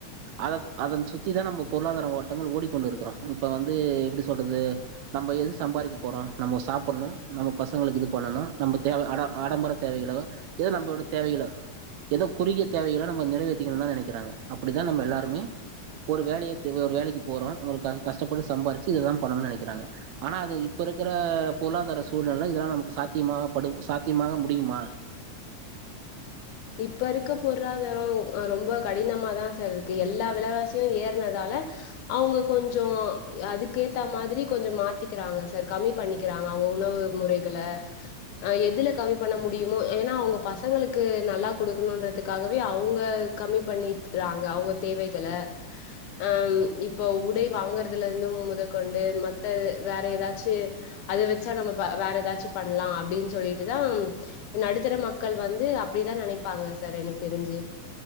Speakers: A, on the right; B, on the left.
A: அத அதன் சுத்திதா நம்போ பொருளாதார ஓட்டங்கள் ஓடிக்கொண்டு இருக்கிறோ இப்ப வந்து எப்டி சொல்றது நம்ப எதுக்கு சம்பாதிக்க போறோ நம்போ சாப் புட்ன்னு நம்ப பசங்களுக்கு இது பண்ணணு நம்ப தேவ ஆட ஆடம்பர தேவைகளோ ஏதோ நம்பளோட தேவைகளோ ஏதோ குறுகிய தேவைகளோ நம்ப நிறைவேத்திக்கணுன் தா நெனைக்கிறாங்க அப்புடிதா நம்ப எல்லாருமே ஒரு வேலைய தே ஒரு வேலைக்கி போறோ ஒரு க கஷ்டப்பட்டு சம்பாரிச்சி இதுதா பண்ணணோ நெனைக்கிறாங்க ஆனா அது இப்ப இருக்கற பொருளாதார சூழ்நெல இதெல்லா நமக்கு சாத்தியமாக படு சாத்தியமாக முடியுமா
B: இப்ப இருக்க பொருளாதாரோ அ ரொம்ப கடினமாதா சார் இருக்கு எல்லா விலவாசியு ஏறனதால அவுங்க கொஞ்சோ அதுக்கேத்த மாதிரி கொஞ்சோ மாத்தி க்கிறாங்க சார் கம்மி பண்ணிக்கிறாங்க அவுங்க உணவு முறைகள அ எதுல கம்மி பண்ண முடியுமோ ஏன்னா அவுங்க பசங்களுக்கு நல்லா குடுக்கணுன்றதுக்காகவே அவுங்க கம்மி பண்ணிட்டுறாங்க அவுங்க தேவைகள அ இப்போ உடை வாங்குறதுலருந்து முதற்கொண்டு மத்த வேற ஏதாச்சு அது வெச்சா நம்ம பா வேற ஏதாச்சு பண்லா அப்டின்னு சொல்லிட்டுதா நடுத்தர மக்கள் வந்து அப்டிதா நெனைப்பாங்க சார் எனக்கு தெரிஞ்சு